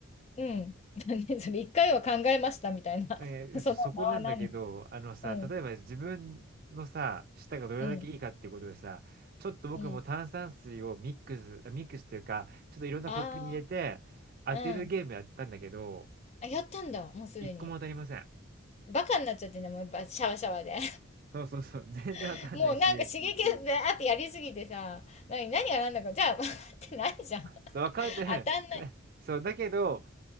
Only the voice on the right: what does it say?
えーそ、
そこなんだけど、あのさ、
例えば自分のさ、舌がどれだけいいかっていうことでさ、
ちょっと僕も炭酸水をミックス、
あミックスっていうか、ちょっといろんなコップに入れて当てるゲームやったんだけど、
一個も当たりません。
そうそうそう、<laughs> 全然わかんないし、
そう、わかってない。
ねそう、だけど、